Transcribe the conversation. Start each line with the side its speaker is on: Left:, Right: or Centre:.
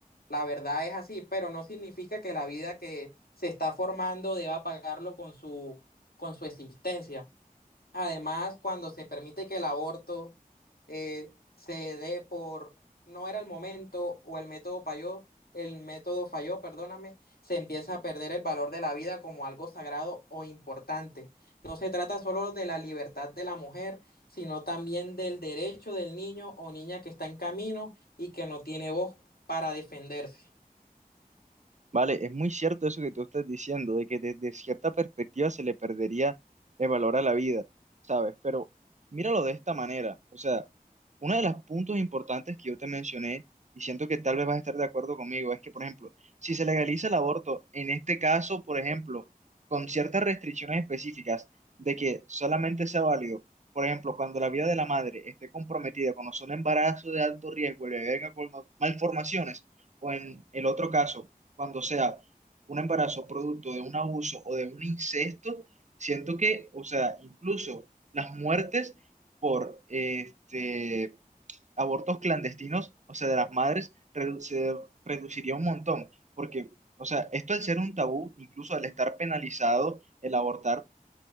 Left: la verdad es así, pero no significa que la vida que se está formando deba pagarlo con su, con su existencia. Además, cuando se permite que el aborto eh, se dé por no era el momento o el método falló, el método falló, perdóname, se empieza a perder el valor de la vida como algo sagrado o importante. No se trata solo de la libertad de la mujer, sino también del derecho del niño o niña que está en camino y que no tiene voz para defenderse.
Right: Vale, es muy cierto eso que tú estás diciendo, de que desde cierta perspectiva se le perdería el valor a la vida, ¿sabes? Pero míralo de esta manera, o sea, uno de los puntos importantes que yo te mencioné, y siento que tal vez vas a estar de acuerdo conmigo, es que, por ejemplo, si se legaliza el aborto, en este caso, por ejemplo, con ciertas restricciones específicas de que solamente sea válido, por ejemplo, cuando la vida de la madre esté comprometida, cuando son embarazos de alto riesgo, le venga con malformaciones, o en el otro caso cuando sea un embarazo producto de un abuso o de un incesto, siento que, o sea, incluso las muertes por este, abortos clandestinos, o sea, de las madres, redu- se reduciría un montón, porque, o sea, esto al ser un tabú, incluso al estar penalizado el abortar,